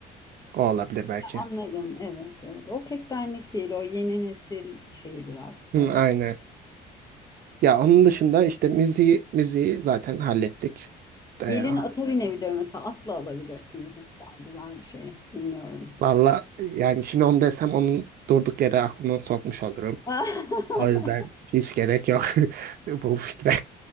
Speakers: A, on the right; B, on the left.
A: O olabilir belki.
B: anladım. Evet, evet. O pek benlik değil. O yeni nesil şeyi biraz.
A: Hı,
B: Evet.
A: aynen. Ya onun dışında işte müziği müziği zaten hallettik. E,
B: Gelin ata binebilir mesela. Atla alabilirsiniz. Ne kadar güzel bir şey. Bilmiyorum.
A: valla yani şimdi onu desem onun durduk yere aklına sokmuş olurum.
B: <laughs>
A: O yüzden hiç gerek yok <laughs> bu fikre.